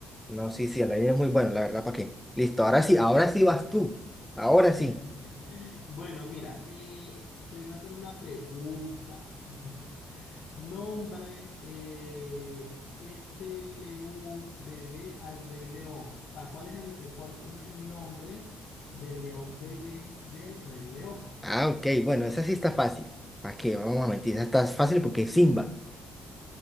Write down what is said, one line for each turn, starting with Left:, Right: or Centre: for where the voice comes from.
Centre: No, sí, sí, la línea es muy buena, la verdad, ¿para qué? Listo, ahora sí, ahora sí vas tú. Ahora
Left: <laughs>
Centre: sí.
Left: Bueno, mira, eh, te voy a hacer una pregunta. <laughs> Nombre, eh, este león bebé al rey león. O sea, ¿cuál es el, eh, cuál, cuál es el nombre del león bebé del rey león?
Centre: Ah, ok, bueno, esa sí está fácil. ¿Para qué? Vamos a mentir, esa está fácil porque es Simba.